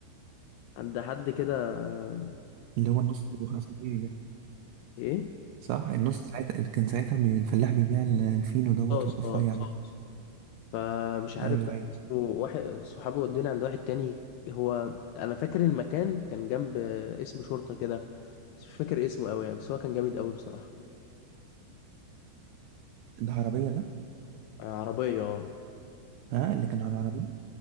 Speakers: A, on the left; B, on the right.
A: عند حد كده آه،
B: اللي هو النص أبو خمسة جنيه ده
A: ايه
B: صح النص ساعتها كان ساعتها بي- الفلاح بيبيع ال- الفينو دوت
A: صوص
B: الرفيع
A: اه صوص
B: ده
A: فمش عارف
B: أيوه
A: بقى
B: أيوه
A: اسمه واحد صحابي ودوني عند واحد تاني هو انا فاكر المكان كان جنب آه، اسم شرطه كده بس مش فاكر اسمه قوي يعني بس هو كان جامد قوي بصراحه
B: العربية ده
A: آه، عربيه اه
B: ها اللي كان على العربية